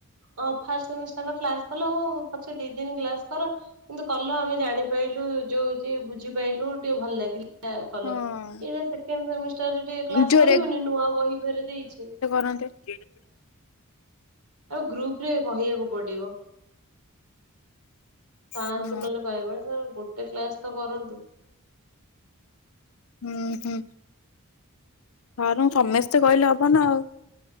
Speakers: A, on the right; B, on the left.
A: ହଁ ଫାଷ୍ଟ ସେମିଷ୍ଟାର ର କ୍ଲାସ କଲ। ପଛେ ଦି ଦିନ କ୍ଲାସ କର କିନ୍ତୁ କଲ ଆମେ ଜାଣି ପାଇ ଲୁ ଯୋଉ ଯିଏ ବୁଝି ପାଇଲୁ ଟିକେ ଭଲଲାଗି କଲ
B: ହଁ
A: ଏଇଟା ସେକେଣ୍ଡ ସେମିଷ୍ଟାରରେ ଟିକେ କ୍ଲାସ
B: ଯୋଉ
A: କରିବନି। ନୂଆ ବହି ଫେରେ ଦେଇଚି।
B: ଆଙ୍କେ କେଡେ କେଡେ।
A: ଆଉ ଗ୍ରୁପ ରେ କହିଆକୁ ପଡିବ। ସାରଙ୍କୁ
B: ହଁ
A: ନହେଲେ କହିବ ସାର୍ ଗୋଟେ କ୍ଲାସ ତ କରନ୍ତୁ।
B: ଉଁ ହୁଁ। ସାରୁଙ୍କୁ ସମସ୍ତେ କହିଲେ ହବ ନା ଆଉ।